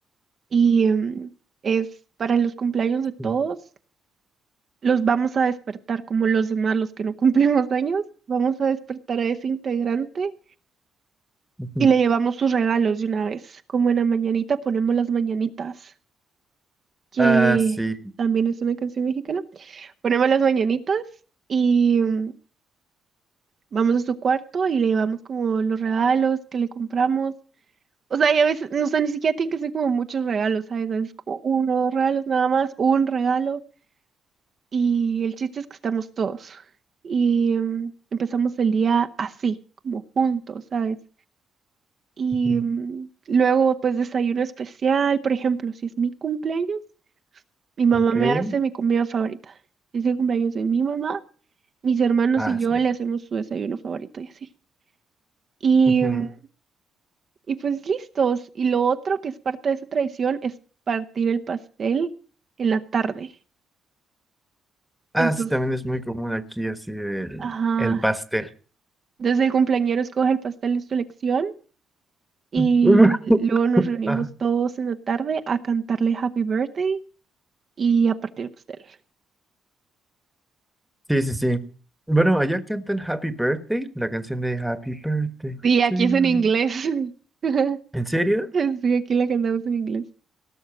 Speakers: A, on the right (about 45°); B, in the centre.
A: y em, es para los cumpleaños de todos.
B: Sí.
A: Los vamos a despertar como los demás, los que no <laughs> cumplimos años. Vamos a despertar a ese integrante
B: Ujú.
A: y le llevamos sus regalos de una vez. Como en la mañanita ponemos las mañanitas, que
B: Ah, sí.
A: también es una canción mexicana. Ponemos las mañanitas. Y em, Vamos a su cuarto y le llevamos como los regalos que le compramos. O sea, y a veces, no, o sea, ni siquiera tienen que ser como muchos regalos, ¿sabes? A veces como uno o dos regalos nada más, un regalo. Y el chiste es que estamos todos. Y mm, empezamos el día así, como juntos, ¿sabes? Y
B: Ujú.
A: mm, luego, pues, desayuno especial, por ejemplo, si es mi cumpleaños, mi mamá
B: Ok.
A: me Ujú. hace mi comida favorita. Si es el cumpleaños de mi mamá, mis hermanos
B: Ah,
A: y yo
B: sí.
A: le hacemos su desayuno favorito y así. Y
B: Ujú.
A: mm, Y pues listos. Y lo otro que es parte de esa tradición es partir el pastel en la tarde.
B: Ah,
A: Entonces,
B: sí, también es muy común aquí, así, el,
A: ajá,
B: el pastel.
A: entonces el cumpleañero escoge el pastel de su elección y
B: <laughs> Ujú.
A: luego nos reunimos
B: Ah,
A: todos en la tarde a cantarle Happy Birthday y a partir el pastel.
B: sí, sí, sí. Bueno, allá cantan Happy Birthday, la canción de Happy Birthday
A: Sí, aquí
B: to you.
A: es en inglés. <laughs>
B: ¿En serio?
A: Sí, aquí la cantamos en inglés.